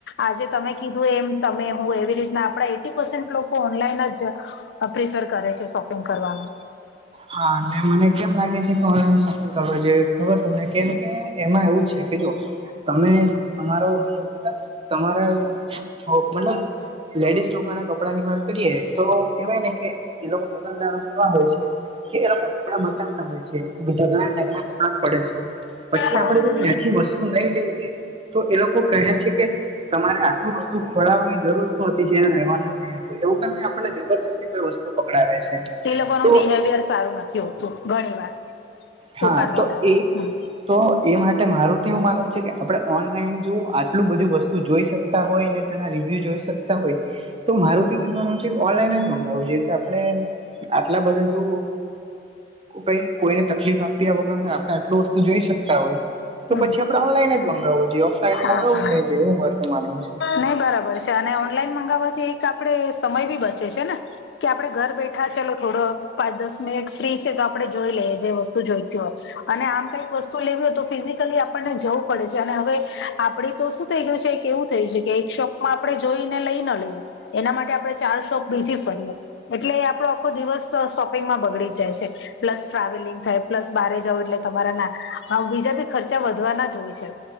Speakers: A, on the left (about 65°); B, on the right (about 30°).
A: આજે તમે કીધું એમ તમે હું એવી રીતના આપણા એટી પસેન્ટ લોકો ઓનલાઈન જ પ્રિફર કરે છે શોપિંગ કરવાનું.
B: હા ને મને કેમ લાગે છે કે ઓનલાઈન શોપિંગ કરવા જોઈએ ખબર તમને કેમ કે એમાં એવું છે કે જો તમે અમારો, તમારા છો મતલબ લેડીઝ લોકોના કપડા ની વાત કરીએ તો કેવાય ને કે એ લોકો દુકાનદારો કેવા હોય છે. એ લોકો કપડા બતાવતા હોય છે, ઢગલા ઢગલા કપડાં પડે છે. પછી
A: હા
B: આપણે જો ત્યાંથી વસ્તુ નહી લઈએ. તો એ લોકો કહે છે કે તમારે આટલું વસ્તુ ખોળવાની જરૂર શું હતી. જે લેવાનો નહી હતા. તો એવું કરી ને આપણને જબરજસ્તી કોઈ વસ્તુ પકડાવે છે.
A: એ લોકોનું
B: તો
A: બિહેવિયર સારું નથી હોતું ઘણી વાર. દુકાન
B: હા
A: વાળાઓ
B: તો એ
A: હમ
B: તો એ માટે મારું તો એવું માનવું છે કે આપણે ઓનલાઈન જો આટલું બધું વસ્તુ જોઈ શકતા હોય ને તેના રિવ્યુ જોઈ શકતા હોય તો મારું તો એવું જ માનવું છે ઓનલાઈન જ મગાવું જે કે આપણે આટલા બધા જો કઈ કોઈને તકલીફ આપ્યા વગર આપણે આટલું વસ્તુ જોઈ શકતા હોય તો
A: હમ
B: પછી આપણે ઓનલાઈન જ મંગાવવું જોઈએ. ઓફલાઈન
A: હા
B: મગાવું
A: હા
B: જ નહી જોઈએ એવું મારુ તો માનવું છે.
A: નહી બરાબર છે અને ઓનલાઈન મગાવવાથી એક આપણે સમય પણ બચે છે ને. કે આપણે ઘર બેઠા ચલો થોડો પાંચ દસ મિનિટ ફ્રી છે તો આપણે જોઈ લઈએ જે વસ્તુ જોઈતી હોય. અને આમ કઈક વસ્તુ લેવી હોય તો ફિઝિકલી આપણને જવું પડે છે અને હવે આપણી તો શું થઈ ગયું છે એક એવું થયું છે કે એક શોપમાં આપણેે જોઈને લઈ ન લઈએ એના માટે આપણે ચાર શોપ બીજી ફરીએ એટલે આપણો આખો દિવસ શોપિંગમાં બગડી જાય છે. પ્લસ ટ્રાવેલિંગ થાય, પ્લસ બહારે જવું એટલે તમારા ના બીજા પણ ખર્ચા વધવાના જ હોય છે.